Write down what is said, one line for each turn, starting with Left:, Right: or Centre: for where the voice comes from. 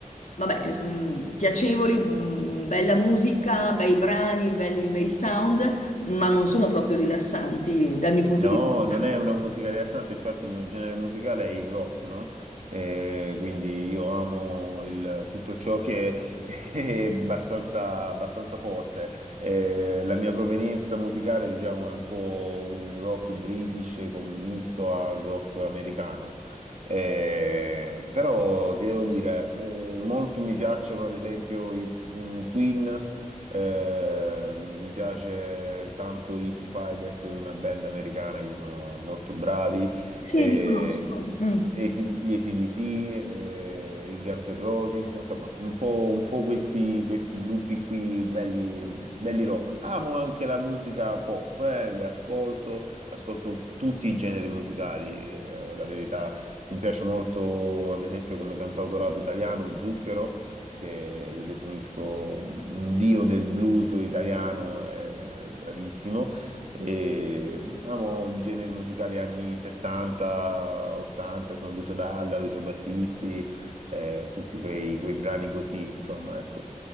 Left: vabbè, s- mh, piacevoli, mh, bella musica, bei brani, belli, bei sound, ma non sono proprio rilassanti dal mio punto
Right: No,
Left: di vista.
Right: non è una musica rilassante, infatti il mio genere musicale è il rock, no? Eh, quindi io amo il- tutto ciò che <laughs> è abbastanza, abbastanza forte. Eh, la mia provenienza musicale, diciamo, è un po' il rock british con- misto al rock americano. Eh, però ti devo dire, eh, molto mi piacciono ad esempio i, i Queen eh, mi piace tanto i Foo Fighters, una band americana che sono molto bravi.
Left: Sì,
Right: eh,
Left: li conosco. Mm.
Right: esi- gli AC/DC, eh, i Guns N' Roses, insomma, un po', un po' questi, questi gruppi qui belli, belli rock. Amo anche la musica pop, eh, le ascolto, ascolto tutti i generi musicali, eh, la verità. Mi piace molto, ad esempio, come cantautorato italiano, Zucchero, che lo definisco un dio del blues italiano, è bravissimo. E amo il genere musicale anni 70, 80, sono Lucio Dalla, Lucio Battisti, eh, tutti quei, quei brani così, insomma, ecco.